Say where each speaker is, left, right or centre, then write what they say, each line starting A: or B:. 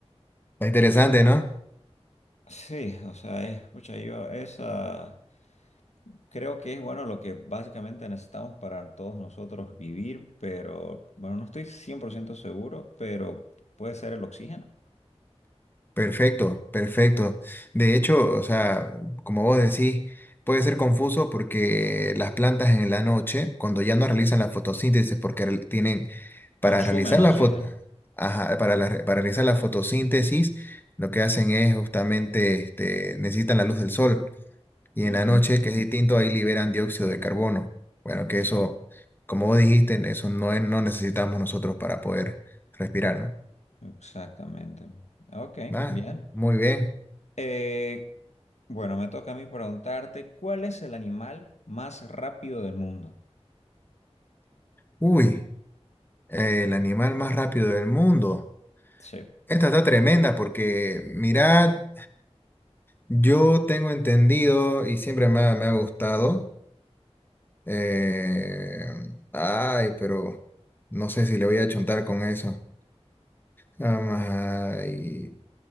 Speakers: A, on the left (about 20°); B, on the left (about 85°).
A: Está interesante, ¿no?
B: sí, o sea, escucha yo esa... Creo que es bueno lo que básicamente necesitamos para todos nosotros vivir, pero bueno, no estoy 100% seguro, pero puede ser el oxígeno.
A: Perfecto, perfecto. De hecho, o sea, como vos decís, puede ser confuso porque las plantas en la noche, cuando ya no realizan la fotosíntesis, porque re- tienen para
B: Consumen
A: realizar la
B: oxígeno.
A: fo- ajá, para, la re- para realizar la fotosíntesis, lo que hacen es justamente, este, necesitan la luz del sol. Y en
B: Ujú,
A: la noche, que es distinto, ahí liberan dióxido de carbono. Bueno, que
B: Exacto,
A: eso, como vos dijiste, eso no es- no necesitamos nosotros para poder respirar, ¿no?
B: exactamente. Ok,
A: Ah,
B: bien.
A: muy bien.
B: Eh, bueno, me toca a mí preguntarte, ¿cuál es el animal más rápido del mundo?
A: Uy. El animal más rápido del mundo.
B: Sí.
A: Esta está tremenda porque, mirad, yo tengo entendido y siempre me ha, me ha gustado. eh, ay, pero no sé si le voy a chontar con eso. ay,